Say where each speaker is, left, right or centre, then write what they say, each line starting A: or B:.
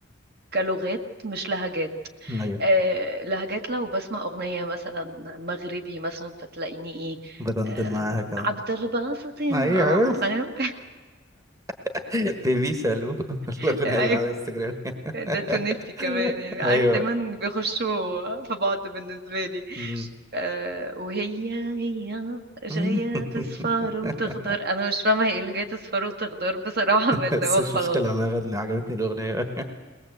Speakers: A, on the right (about 50°); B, on the right (about 15°).
A: كلغات مش لهجات
B: ايوه
A: آه لهجات لو بسمع أغنية مثلا مغربي مثلا فتلاقيني ايه
B: بدندن
A: آه
B: معاها كده
A: عبد الباسط يا
B: ايوه
A: اه فاهم
B: <laughs> بيبي سالو
A: <laughs>
B: الاغنيه
A: ايوه
B: اللي على الانستجرام <laughs>
A: ده تونسي كمان يعني عارف
B: ايوه
A: دايما بيخشوا في بعض بالنسبة لي
B: أمم.
A: آه وهي هي جاية
B: أمم.
A: تصفر
B: <laughs>
A: وتخضر انا مش فاهمة ايه اللي جاية تصفر وتخضر بصراحة <laughs> بس
B: بس
A: هو
B: مش
A: خلاص
B: مشكلة انا غني عجبتني الاغنية